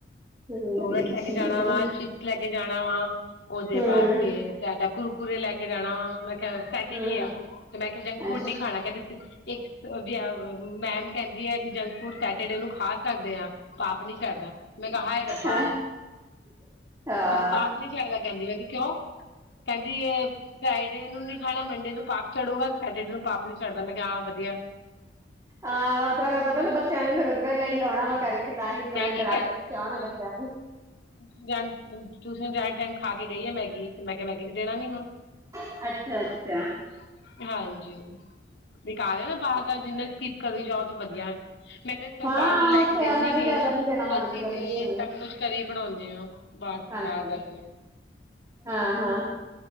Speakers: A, on the right; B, on the left.
A: ਹਮ
B: ਡੋਨਟ
A: ਜੀ
B: ਲੈ
A: ਠੀਕ
B: ਕੇ ਜਾਣਾ ਵਾ,
A: ਤੇ
B: ਸ਼ਿਪਸ ਲੈ ਕੇ ਜਾਣਾ ਵਾ, ਉਹਦੇ
A: ਹਮ
B: ਬਾਅਦ ਫੇ ਤੇ ਤੁਆਡਾ ਕੁਰੂਕੁਰਰੇ ਲੈ ਕੇ ਜਾਣਾ ਵਾ ਮੈਂ ਥਰਡ ਸੈਟਰਡੇ
A: ਹਮ ਹਮ
B: ਆ ਤੇ ਮੈਂ ਕਿਹਾ ਜੰਕ ਫੂਡ
A: ਅੱਛਾ
B: ਨੀ ਖਾਣਾ ਕਹਿੰਦੀ ਇੱਕ ਵਧੀਆ ਓ, ਮੈਮ ਕਹਿੰਦੀ ਐ ਕਿ ਜੰਕ ਫੂਡ ਸੈਟਰਡੇ ਨੂੰ ਖਾ ਸਕਦੇ ਹਾਂ। ਪਾਪ ਨਹੀਂ ਚੜਦਾ, ਮੈਂ ਕਿਆ ਹੈਏ ਰੱਬਾ।
A: ਹਾਂ ਹਾਂ
B: ਮੈਂਨੂੰ ਪਾਪ ਨੀ ਚੜਦਾ ਕਹਿੰਦੀ, ਮੈਂ ਕਿਉਂ, ਕਹਿੰਦੀ ਏ ਫਰਾਈਡੇ ਨੂੰ ਨੀ ਖਾਣਾ ਮੰਡੇ ਨੂੰ ਪਾਪ ਚੜੂਗਾ ਸੈਟਰਡੇ ਨੂੰ ਪਾਪ ਨੀ ਚੜ੍ਹਦਾ ਮੈਂ ਕਿਹਾ ਹਾਂ ਵਧੀਆ।
A: ਆ ਉਹ ਤਾਹੀ ਫਿਰ ਪਤਾ ਨਾ ਬੱਚਿਆਂ ਦੇ ਫਿਰ ਉਧਰੇ ਲਈ ਆਉਣਾ ਵਾ
B: ਹਾਂਜੀ
A: ਕਰਕੇ ਤਾਂ ਹੀ ਬੱਚਿਆ
B: ਮੈਗੀ
A: ਡਰਾ ਕੇ ਰੱਖਿਆ ਹੋਣਾ ਬੱਚਿਆਂ ਨੂੰ।
B: ਟਿਊਸ਼ਨ ਜਾਣ, ਟਿਊਸ਼ਨ ਜਾਣ ਟਾਈਮ ਖਾ ਕੇ ਗਈ ਆ ਮੈਗੀ। ਤੇ ਮੈਂ ਕਿਹਾ ਮੈਗੀ ਤੇ ਦੇਣਾ ਨੀ ਹੁਣ,
A: ਅੱਛਾ ਅੱਛਾ
B: ਹੂੰ - ਹਾਂਜੀ। ਦੇਖ ਆਗਿਆ ਨਾ ਬਾਹਰ। ਤਾਂ ਜਿੰਨਾ ਸਕਿਪ ਕਰੀ ਜਾਓ ਤੇ ਵਧੀਆ, ਮੈਂ ਤੇ
A: ਹਾਂ
B: ਬਾਹਰੋਂ ਲੈ
A: ਉੱਥੇ
B: ਕੇ ਦਿੰਦੇ
A: ਆ ਮੈਂ
B: ਨੀ,
A: ਵੀ ਜਿਆਦਾ ਦੇਣਾ ਮੰਗਦੀ
B: ਅਸੀਂ
A: ਆਪਣੀ
B: ਤੇ
A: ਕੁੜੀ ਨੂੰ
B: ਸਭ ਕੁੱਛ ਘਰੇ ਹੀ ਬਣਾਣੇ ਆ। ਬੋਤ
A: ਹਾਂਜੀ
B: ਬਾਹਰ ਦਾ ਤੇ
A: ਹਾਂ ਹਾਂ।